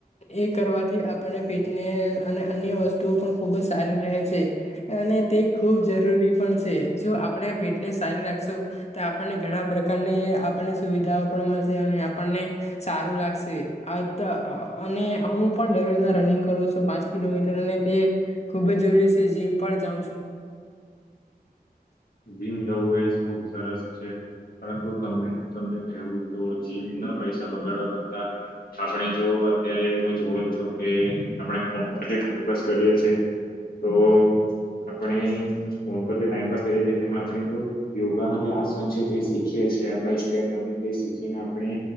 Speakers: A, on the left; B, on the left.
A: એ કરવાથી આપણને ફિટ ને અને અન્ય વસ્તુઓ પણ ખુબ જ સારી રહે છે. અને તે ખુજ જરૂરી પણ છે. જો આપણે ફિટનેસ સારી રાખશું, તો આપણને ઘણા પ્રકારને આપણે <unintelligible> સુવિધા પણ મળશે, અને આપણને સારું લાગશે. અત અને હું પણ <unintelligible> રનિંગ કરું છું પાંચ કિલોમીટર અને તે ખુબ જ જરૂરી છે. જીમ પણ જાઉ છું.
B: <inaudible> જીમ જવું એજ ખુબ સરસ છે. પરંતુ તમને-તમને કહેવું તો જીમ ના પૈસા બગાડવા કરતા આપણે જો અત્યારે તમે જોવો જ છો કે આપણે ફોન પર જે ટાઈપપાસ કરીએ છીએ. તો આપણે ફોન પર જે ટાઈમ પાસ. કરીએ છીએ. તેમાં આપણે જો યોગાના જે આસન છે, તે શીખીએ સ્ટેપ બાય સ્ટેપ અને તે શીખીને આપણે.